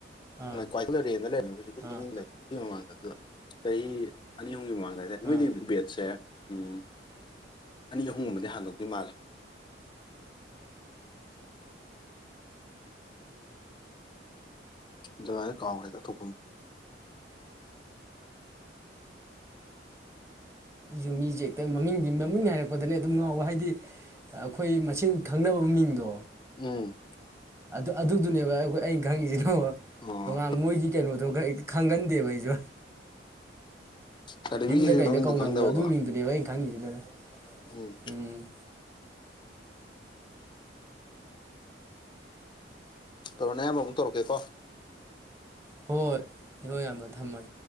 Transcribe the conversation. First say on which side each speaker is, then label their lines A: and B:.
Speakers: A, on the right; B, on the left.
A: ꯑꯥ
B: ꯭ꯋꯥꯊ ꯂꯩꯔꯦꯟꯗ ꯂꯩꯔꯃꯦ ꯍꯧꯖꯤꯛꯨꯗꯤ
A: ꯑꯥ
B: ꯃꯤꯡ ꯂꯩ ꯁꯤ ꯃꯃꯥꯡꯗ ꯑꯗꯨꯗ ꯆꯍꯤ ꯑꯅꯤ ꯑꯍꯨꯝꯒꯤ ꯃꯃꯥꯡꯗ ꯍꯥꯏꯇꯥꯔꯦ
A: ꯑꯥ
B: ꯅꯣꯏꯗꯒꯤ ꯕꯦꯠꯁꯦ ꯎꯝ ꯑꯅꯤ ꯑꯍꯨꯝꯒꯨꯝꯕꯗꯤ ꯍꯥꯟꯗꯣꯛꯗꯣꯏ ꯃꯥꯜꯂꯦ ꯖꯦ ꯀꯥꯎ꯭ꯔꯦꯗ ꯊꯣꯛ
A: ꯌꯨꯝꯃꯤꯁꯦ ꯍꯦꯛꯇ ꯃꯃꯤꯡꯒꯤ ꯃꯃꯤꯡ ꯍꯥꯏꯔꯛꯄꯗꯅꯦ ꯑꯗꯨꯝ ꯉꯥꯎꯕ ꯍꯥꯏꯗꯤ ꯑꯩꯈꯣꯏ ꯃꯆꯤꯟ ꯈꯪꯅꯕ ꯃꯤꯡꯗꯣ
B: ꯎꯝ
A: ꯑꯗꯨ ꯑꯗꯨꯗꯨꯅꯦꯕ ꯑꯩꯈꯣꯏ ꯑꯩꯅ ꯈꯪꯉꯤꯁꯤꯅꯣ
B: ꯑꯣ
A: ꯇꯣꯉꯥꯟ ꯃꯣꯏꯒꯤ ꯀꯩꯅꯣꯗꯣꯒ ꯍꯦꯛꯇ ꯈꯪꯒꯟꯗꯦꯕ ꯑꯩꯁꯨ
B: ꯁꯥꯔꯇꯤꯐꯤꯀꯦꯠꯀꯤ
A: ꯌꯨꯝꯗ ꯀꯩꯗ
B: ꯃꯃꯤꯡꯗꯣ
A: ꯀꯧꯅꯕꯗꯣ
B: ꯈꯪꯗꯕꯀꯣ
A: ꯑꯗꯨ ꯃꯤꯡꯗꯨꯅꯦꯕ ꯑꯩꯅ ꯈꯪꯉꯤꯁꯤꯗꯅ
B: ꯎꯝ
A: ꯎꯝ
B: ꯇꯧꯔꯅ ꯑꯌꯥꯝꯕꯨꯛ ꯇꯧꯛꯀꯣ
A: ꯍꯣꯏꯣꯏ ꯍꯣꯏ ꯑꯃ ꯑꯃ